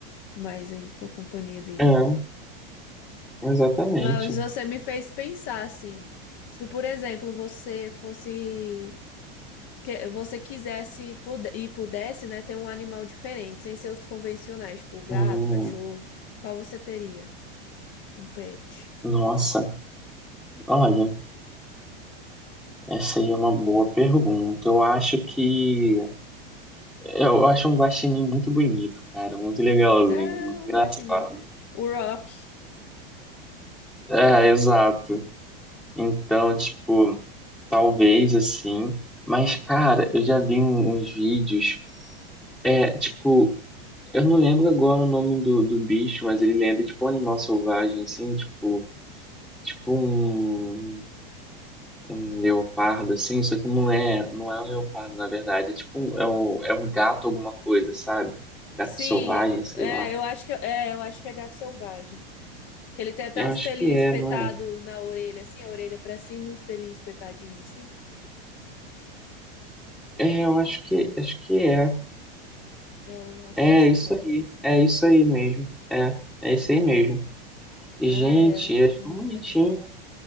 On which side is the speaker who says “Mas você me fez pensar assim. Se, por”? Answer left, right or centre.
Left